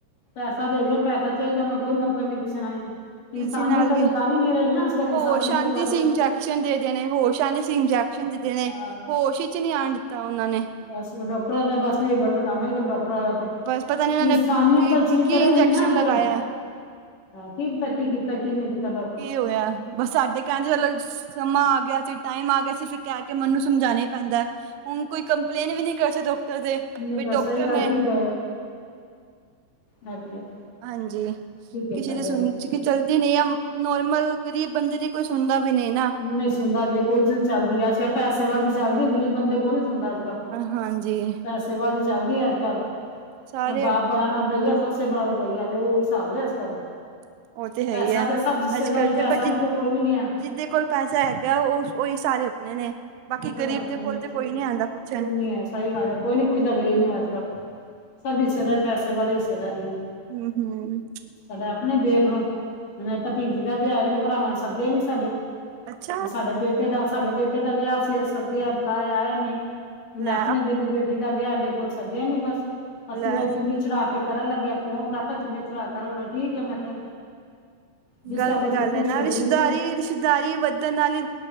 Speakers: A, on the left; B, on the right.
A: ਪੈਸਾ ਦੇ ਦੋ ਪੈਸਾ ਚਈਦਾ ਓਨੂੰ ਕੋਈ ਮਤਲਬ ਨੀ ਕਿਸੇ ਨਾਲ ਵੀ।
B: ਕਿਸੇ
A: ਇਨਸਾਨੀਅਤ
B: ਨਾਲ
A: ਆਲੀ
B: ਵੀ
A: ਤਾਂ ਗਾੱਲ ਈ ਨੀ ਰਈ ਨਾ ਆਜ-ਕਾੱਲ, ਇਨਸਾਨੀਅਤ
B: ਹੋਸ਼ ਆਂਦੇ
A: ਆਲੀ ਗੱਲ
B: ਸੀ ਇੰਜੈਕਸ਼ਨ ਦੇ ਦੇਣੇ ਹੋਸ਼ਾਂ ਆਂਦੀ ਸੀ ਇੰਜੈਕਸ਼ਨ ਦੇ ਦੇਣੇ,
A: ਹਾਂ
B: ਹੋਸ਼ ਚ ਈ ਨੀ ਆਣ ਦਿੱਤਾ ਉਹਨਾਂ ਨੇ
A: ਬਸ ਡਾਕਟਰਾਂ ਦਾ ਬਸ ਵੀ ਏ ਗਲਤ ਕੰਮ ਏ ਡਾਕਟ ਆ ਤੇ,
B: ਬਸ ਪਤਾ ਨੀ ਇਹਨਾਂ
A: ਇਨਸਾਨੀਅਤ
B: ਨੇ
A: ਆਲੀ ਚੀਜ
B: ਕੀ
A: ਤਾਂ ਰਹੀ
B: ਇੰਜੈਕਸ਼ਨ
A: ਨੀ ਨਾ ਅੱਜ
B: ਲਗਾਇਆ
A: ਕੱਲ੍ਹ। ਹਾਂ, ਕੀ ਪਤਾ ਕੀ ਕੀ ਤਾਂ ਕੀ ਨੀ ਕੀਤਾ ਬ
B: ਕੀ ਹੋਇਆ, ਬਸ ਸਾਡੇ ਕਹਿਣ ਚ ਲ ਸਮਾਂ ਆ ਗਿਆ ਸੀ ਟਾਈਮ ਆ ਗਿਆ ਸੀ ਫਿਰ ਕਹਿ ਕੇ ਮਨ ਨੂੰ ਸਮਝਾਣਾ ਈ ਪੈਂਦਾ ਐ। ਹੁਣ ਕੋਈ ਕੰਪਲੇਂਨ ਵੀ ਨੀ ਕਰ ਸਕਦਾ ਡਾਕਟਰ ਦੇ
A: ਨਈ
B: ਵੀ
A: ਦਸ
B: ਡਾਕਟਰ
A: ਸਹੀ ਗੱਲ
B: ਨੇ
A: ਕੀ ਦੈ, ਐ ਤੇ ਹੈ।
B: ਹਾਂਜੀ,
A: ਕੀ ਕੀਤਾ
B: ਕਿਸੇ ਦੀ
A: ਜਾਏ
B: ਸੁਣ ਚੱਲਦੀ ਨਈ ਆ ਨੋਰਮਲ ਗ਼ਰੀਬ ਬੰਦੇ ਦੀ ਕੋਈ ਸੁਣਦਾ ਵੀ ਨੀ,
A: ਨਈ ਸੁਣਦਾ ਅੱਜ ਕੱਲ੍ਹ ਕੁਝ ਨੀ ਚੱਲਦੀ ਅੱਜ ਕੱਲ੍ਹ ਪੈਸੇ ਵੱਲੇ ਦੀ ਚੱਲਦੀ ਆ, ਗਰੀਬ ਬੰਦੇ ਕੋਈ ਨੀ ਸੁਣਦਾ ਅੱਜ ਕੱਲ੍ਹ।
B: ਹਾਂਜੀ।
A: ਪੈਸੇ ਵਾਲੇ ਚੱਲਦੀ ਆ ਅੱਜ ਕੱਲ੍ਹ,
B: ਸਾਰੇ
A: ਨਾ ਬਾਪ ਬੜਾ ਨਾ ਬਈਆ, ਸਬਸੇ ਬੜਾ ਰੁਪਈਆ ਦੇ ਓ ਸਾਬ ਏ ਅੱਜ ਕੱਲ੍ਹ।
B: ਉਹ ਹੈ
A: ਪੈਸਾ
B: ਹੀ ਹੈ
A: ਤੇ ਸਬ ਰਿਸ਼ਤੇਦਾਰੀ,
B: ਅੱਜ ਕੱਲ
A: ਪੈਸਾ
B: ਬ
A: ਨੀ ਤੇ ਕੋਈ ਵੀ ਨੀ ਐ।
B: ਜਿਹਦੇ ਕੋਲ ਪੈਸਾ ਹੈਗਾ ਓ ਓਹੀ ਸਾਰੇ ਆਪਣੇ ਨੇ। ਬਾਕੀ
A: ਆਪਣੇ-ਆਪਣੇ
B: ਗ਼ਰੀਬ ਦੇ ਕੋਲ
A: ਨੇ
B: ਤੇ ਕੋਈ
A: ਜੀ,
B: ਨੀ ਆਉਂਦਾ ਪੁੱਛਣ
A: ਕੋਈ ਨੀ ਹੈ ਸਈ ਗੱਲ ਐ। ਕੋਈ ਨੀ ਪੁੱਛਦਾ ਗਰੀਬ ਨੂੰ ਅੱਜ ਕੱਲ੍ਹ, ਸਭ ਰਿਸ਼ਤੇਦਾਰੀ ਪੈਸੇ ਵਾਲੀ ਰਿਸ਼ਤੇਦਾਰੀ ਏ।
B: ਹੂੰ, ਹੂੰ।
A: ਸਾਡਾ ਅਪਣੇ ਦੇਖਲਓ ਭਤੀਜੀ ਦਾ ਵਿਆਹ ਏ ਭਰਾਵਾਂ ਸੱਦੇ ਈ ਨੀ ਸਾਡੇ।
B: ਅੱਛਾ
A: ਸਾਡੇ ਬੇਟੇ ਦਾ ਸਾਡੇ ਬੇਟੇ ਦਾ ਵਿਆਹ ਸੀ ਅਸ ਸੱਦਿਆ ਬੁਲਾਏ ਆਏ ਨੇ ਮੈਂ
B: ਲੈ
A: ਆਪਣੇ ਦਿਲੋ ਬੇਟੀ ਦਾ ਵਿਆਹ ਵੇਖਲੋ ਸੱਦਿਆ ਨੀ ਬਸ। ਅਸੀਂ
B: ਲੈ
A: ਤਾਂ ਚੁੰਨੀ ਚੜਾ ਕੇ ਕਰਨ ਲੱਗੇ ਆ ਫੋਨ ਕਰਤਾ ਚੁੰਨੀ ਚੜਾ ਕਰਣ ਮੈਂ ਠੀਕ ਐ ਮੈਂ ਕਿਹਾ। ਜਿਸ
B: ਗਲਤ
A: ਤਰ੍ਹਾਂ ਤੁਸੀਂ
B: ਗੱਲ
A: ਖੁਸ਼
B: ਐ ਨਾ
A: ਹੋ
B: ਰਿਸ਼ਤਦਾਰੀ
A: ਠੀਕ ਹੈ
B: ਰਿਸ਼ਤਦਾਰੀ ਵੱਧਣ ਨਾਲ ਈ